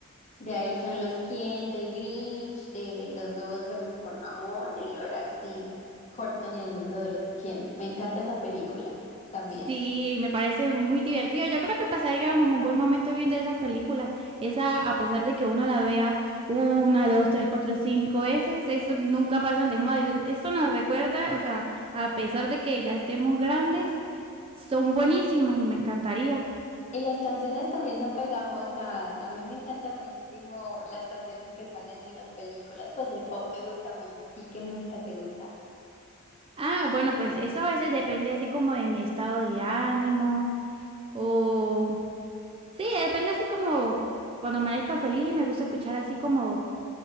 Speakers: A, on the left; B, on the right.
A: De ahí son los Quién, del Grinch, de los huevos verdes con jamón, el Lorax y Horton y el mundo de los Quién. Me encanta esa película también.
B: Sí, me parece muy divertido. Yo creo que pasaríamos un buen momento viendo esas películas. Esa, a pesar de que uno la vea una, dos, tres, cuatro, cinco veces, eso nunca pasan de moda. Yo- Esto nos recuerda, o sea, a pesar de que ya estemos grandes, son buenísimas y me encantaría.
A: Y las canciones también son pegajosas. A mí me encantan muchísimo las canciones que salen en las películas. Pues el pop me gusta mucho. ¿A ti qué música te gusta?
B: Ah, bueno, pues eso a veces depende así como de mi estado de ánimo o... Sí, depende así como cuando amanezca feliz y me gusta escuchar así como